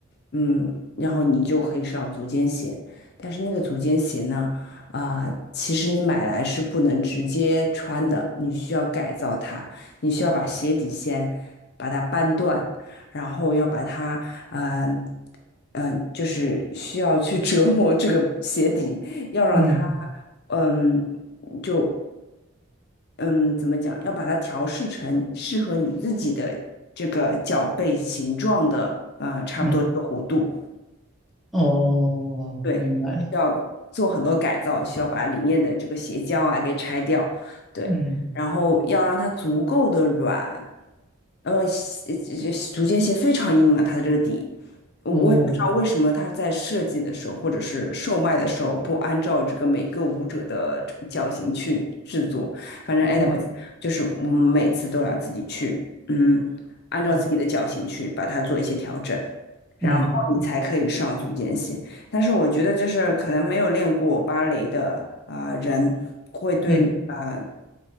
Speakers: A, on the left (about 50°); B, in the centre.
A: 嗯，然后你就可以上足尖鞋。但是那个足尖鞋呢？啊、其实你买来是不能直接穿的，你需要改造它，你需要把鞋底先把它扳断，然后要把它，嗯、嗯，呃就是需要去折磨这个鞋底，要让它，
B: 嗯
A: 嗯，就嗯，怎么讲，要把它调试成适合你自己的这个脚背形状的，呃，差不多一个弧度。
B: 嗯，哦，
A: 对，
B: 明白了
A: 需要做很多改造，需要把里面的这个鞋胶啊给拆掉，对，
B: 嗯
A: 然后要让它足够的软，呃，鞋这足尖鞋非常硬嘛，它的这个底，我我也不知道为什么它在设计的时候或者是售卖的时候不按照这个每个舞者的这个脚型去制作，
B: 哦。
A: 反正 anyways，
B: 嗯
A: 就是我们每次都要自己去，嗯，按照自己的脚型去把它做一些调整，
B: 嗯
A: 然后你才可以上足尖鞋。
B: 嗯嗯
A: 但是我觉得就是可能没有练过芭蕾的啊、呃人会对啊、
B: 嗯，
A: 呃